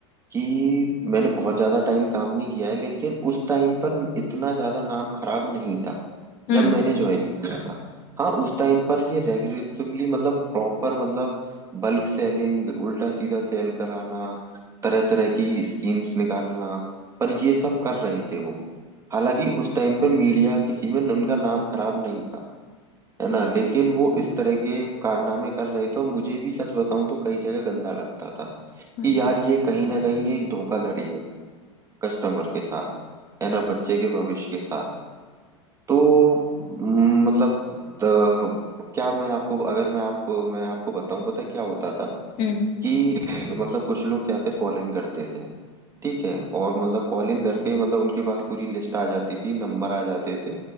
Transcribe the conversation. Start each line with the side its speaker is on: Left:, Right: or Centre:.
Right: कि मैंने बहुत ज्यादा टाइम काम नहीं किया है लेकिन उस टाइम पर इतना ज्यादा नाम खराब नहीं था
Left: हम्म
Right: जब मैंने ज्वाइन किया था हाँ उस टाइम पर ये रेगुलेटिवली मतलब प्रॉपर मतलब बल्क सेलिंग उल्टा सीधा सेल कराना तरह तरह की स्कीम्स निकालना पर ये सब कर रहे थे वो हालांकि उस टाइम पर मीडिया किसी में उनका नाम खराब नहीं था है ना
Left: हम्म
Right: लेकिन वो इस तरह के कारनामे कर रहे थे और मुझे भी सच बताऊं तो कई जगह गंदा लगता था कि
Left: हम्म
Right: यार ये कहीं ना कहीं ये एक धोखाधड़ी है कस्टमर के साथ है ना बच्चे के भविष्य के साथ तो म, मतलब त- क्या मैं आपको अगर मैं आप मैं आपको बताऊं पता है क्या होता था
Left: हम्म
Right: कि मतलब कुछ लोग क्या थे कॉलिंग करते थे ठीक है और मतलब कॉलिंग करके मतलब उनके पास पूरी लिस्ट आ जाती थी नंबर आ जाते थे